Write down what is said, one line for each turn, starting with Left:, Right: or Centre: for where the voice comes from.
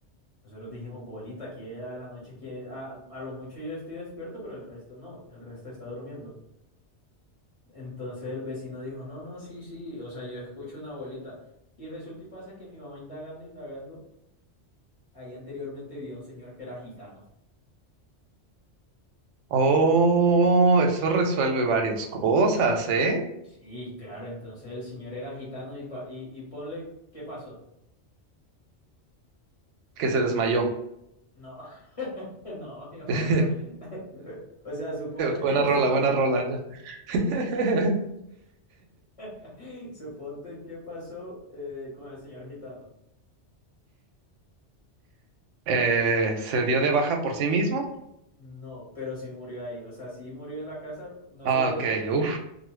Left: Nosotros dijimos, bolita, aquí en la noche, aquí, a, a lo mucho yo estoy despierto, pero el resto no, el resto está durmiendo. Entonces el vecino dijo, no, no, sí, sí, o sea, yo escucho una bolita. Y resulta y pasa que mi mamá indagando, indagando, ahí anteriormente vivía un señor que era gitano.
Right: Oh, eso resuelve varias cosas, ¿eh?
Left: Sí, claro, entonces el señor era gitano y, pa- y, y ponle, ¿qué pasó?
Right: Que se desmayó.
Left: No, <laughs> no, mi mamá
Right: <laughs>
Left: no. <laughs> O sea, suponle,
Right: Buena
Left: <laughs>
Right: rola,
Left: supo-
Right: buena rola. <laughs>
Left: <laughs> suponte qué pasó eh, con el señor gitano.
Right: Eh, ¿se dio de baja por sí mismo?
Left: No, pero sí murió ahí, o sea, sí murió en la casa, no
Right: Ah,
Left: sé,
Right: ok, uf,